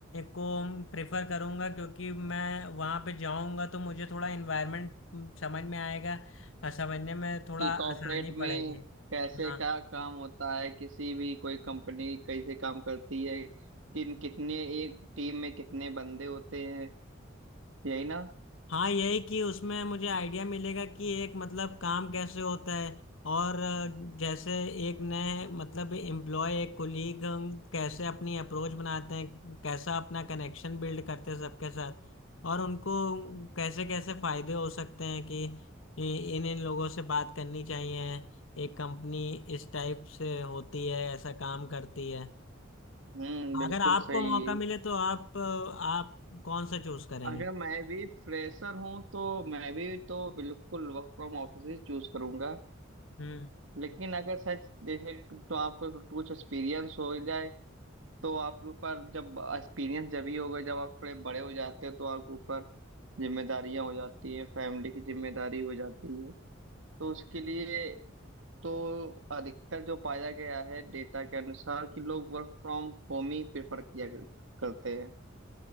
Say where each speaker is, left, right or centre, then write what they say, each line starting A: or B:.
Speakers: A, on the left; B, on the right.
A: को प्रेफर करूँगा क्योंकि मैं वहाँ पे जाऊँगा तो मुझे थोड़ा इन्वायरमेंट समझ में आएगा और समझने में थोड़ा
B: कि
A: आसानी
B: कॉर्पोरेट
A: पड़ेगी
B: में कैसे
A: हाँ
B: क्या काम होता है किसी भी कोई कंपनी कैसे काम करती है किन कितने एक टीम में कितने बंदे होते हैं यही ना
A: हाँ यही कि उसमें मुझे आइडिया मिलेगा कि एक मतलब काम कैसे होता है और अ, जैसे एक नए मतलब एम्प्लॉय एक कोलीग कैसे अपनी अप्रोच बनाते हैं कैसा अपना कनेक्शन बिल्ड करते हैं सबके साथ और उनको कैसे कैसे फायदे हो सकते हैं कि इ- इन इन लोगों से बात करनी चाहिए एक कंपनी इस टाइप से होती है ऐसा काम करती है
B: हम्म बिल्कुल
A: अगर आपको
B: सही
A: मौका मिले तो आप अ, आप कौन सा चूज करेंगे
B: अगर मैं भी फ्रेशर हूँ तो मैं भी तो बिल्कुल वर्क फ्रॉम ऑफिस ही चूज करूंगा
A: हम्म
B: लेकिन अगर सच जैसे तो आपको कुछ एक्सपीरियंस हो जाए तो आपके ऊपर जब एक्सपीरियंस जब ही होगा जब आप थोड़े बड़े हो जाते हैं तो आपके ऊपर जिम्मेदारियां हो जाती हैं फैमिली की जिम्मेदारी हो जाती है तो उसके लिए तो अधिकतर जो पाया गया है डेटा के अनुसार कि लोग वर्क फ्रॉम होम ही प्रेफर किया कर- करते हैं